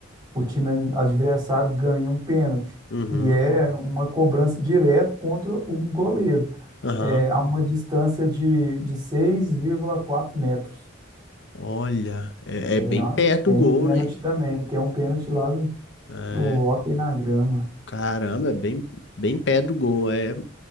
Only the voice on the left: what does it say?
uhum,
aham,
olha, é, é bem
perto
do gol,
né?
É,
Caramba, é bem, bem perto do gol, é